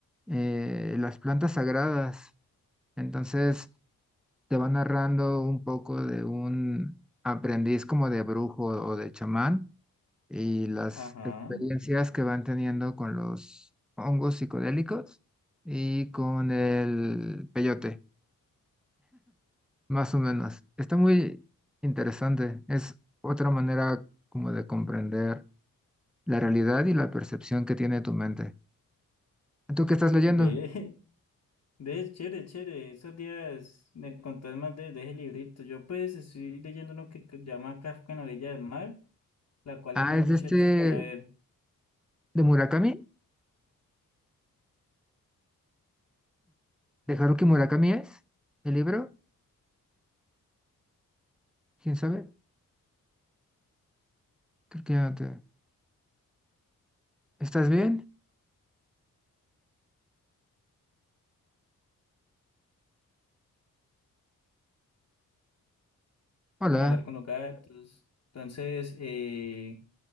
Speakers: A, in the centre; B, on the left.
A: eh, las plantas sagradas. Entonces te va narrando un poco de un aprendiz como de brujo o de chamán y las
B: Ajá,
A: experiencias que van teniendo con los hongos psicodélicos y con el peyote, más o menos. Está muy interesante. Es otra manera como de comprender la realidad y la percepción que tiene tu mente. ¿Tú qué estás leyendo?
B: ve, <laughs> ve, chévere, chévere. Esos días me contás más de, de ese librito. Yo pues estoy leyendo uno que que llama Kafka en la orilla del mar, la cual
A: Ah,
B: es de un
A: es
B: muchacho
A: de este
B: que, a ver,
A: de Murakami, de Haruki Murakami es el libro. ¿Quién sabe? Creo que ya no te... ¿Estás bien? Hola.
B: como hablar con los gatos. Entonces, eh,